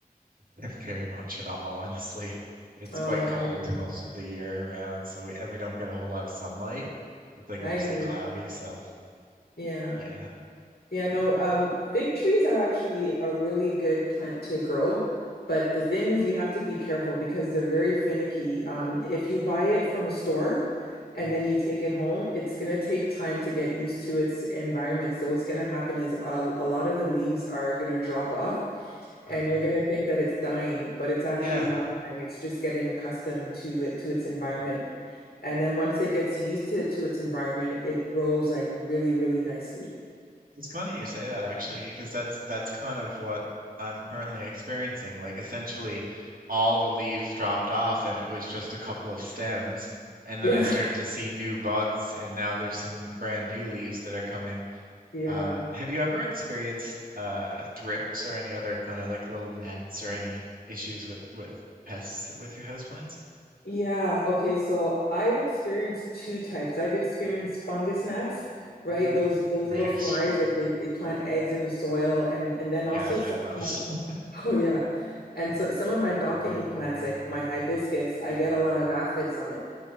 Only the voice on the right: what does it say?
<laughs> very much at all, honestly. It's
quite cold
most of the year around, so we and we don't get a whole lot of sunlight. It's like
mostly
cloudy,
so
yeah,
yeah.
Mm,
okay.
Yeah,
it's funny you say that actually, because that's that's kind of what I'm currently experiencing. Like essentially all the leaves dropped off and it was just a couple of stems. And then
I started to see new buds and now there's some brand new leaves that are coming.
Um, have you ever experienced uh, thrips or any other kind of like little gnats or any issues with with pests with your houseplants?
Hmm,
<laughs>
right.
Yeah, I've
had those.
<laughs>